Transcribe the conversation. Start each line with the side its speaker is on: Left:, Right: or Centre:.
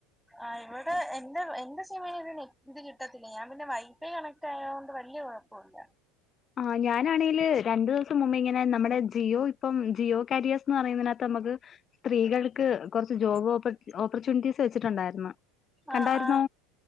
Centre: ആഹ് ഇവിടെ എന്റെ എന്റെ സിമ്മില് ഇത് കിട്ടത്തില്ല ഞാൻ പിന്നെ വൈഫൈ കണക്ട് ക്റ്റായൊണ്ട് വല്യ കൊഴപ്പമില്ല
Left: ആഹ് ഞാനാണേല് രണ്ടുസം മുമ്പ് ഇങ്ങനെ നമ്മുടെ ജിയോ ഇപ്പം ജിയോ കരിയേസ്ന്ന് പറയുന്നതിനാത്ത് നമുക്ക് സ്ത്രീകള് ക്ക് കുറച്ച് ജോബ് ഓപ്പർച്യൂണിറ്റീസ് വെച്ചിട്ടുണ്ടായിരുന്നു കണ്ടായിരുന്ന
Centre: ആഹ് ആഹ്